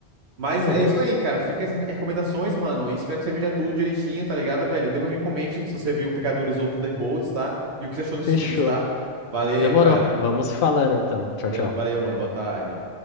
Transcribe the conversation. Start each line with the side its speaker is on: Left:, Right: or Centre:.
Right: Mas
Left: Uhum,
Right: é isso aí, cara. Fica essas recomendações, mano. E espero que você veja tudo direitinho, tá ligado, velho? Depois me comente se você viu Pecadores ou Thunderbolts, tá? E o que você achou desses
Left: fechou.
Right: filmes, tá? Valeu,
Left: Demorou.
Right: cara.
Left: Vamos se falando então. Tchau,
Right: Be-
Left: tchau.
Right: Valeu, mano. Boa tarde.